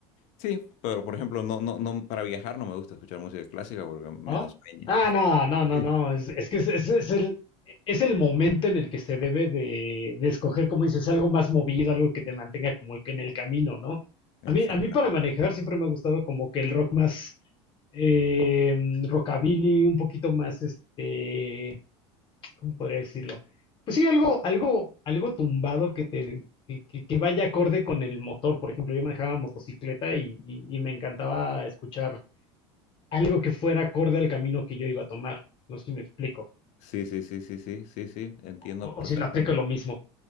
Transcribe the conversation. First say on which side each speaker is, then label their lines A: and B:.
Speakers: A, on the left (about 60°); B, on the left (about 35°).
A: sí, pero por ejemplo, no, no, no, para viajar no me gusta escuchar música clásica porque me
B: ¿Ah?
A: da sueño.
B: Ah, no, no,
A: <laughs>
B: no, no. Es, es que es, es- es el, es el momento en el que se debe de, de escoger, como dices, algo más movido, algo que te mantenga como el pie en el camino, ¿no? A mí,
A: Exactamente.
B: a mí para manejar siempre me ha gustado como que el rock más eh, rockabilly, un poquito más, este, ¿cómo podría decirlo? Pues sí, algo, algo, algo tumbado que te, que, que- que vaya acorde con el motor. Por ejemplo, yo manejaba motocicleta y, y y me encantaba escuchar algo que fuera acorde al camino que yo iba a tomar. No sé si me explico.
A: Sí, sí, sí, sí, sí, sí, sí, entiendo
B: O,
A: perfectamente.
B: o si le aplico lo mismo.